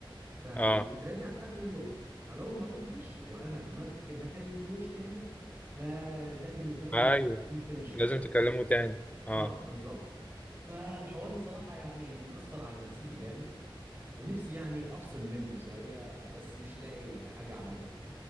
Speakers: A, on the right; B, on the left.
A: ف وبتتراجع
B: اه
A: في اخر اليوم فلو ما ردش وانا ما اتك- ما كلمتهوش تاني فده بالنسبه لي
B: ايوه
A: اللي هو انفينيشد
B: لازم
A: يعني
B: تكلمه تاني اه
A: اه بالظبط فالحوار بصراحة يعني مأثر على نفسيتي جامد ونفسي يعني أفصل منه شوية بس مش لاقي حاجة أعملها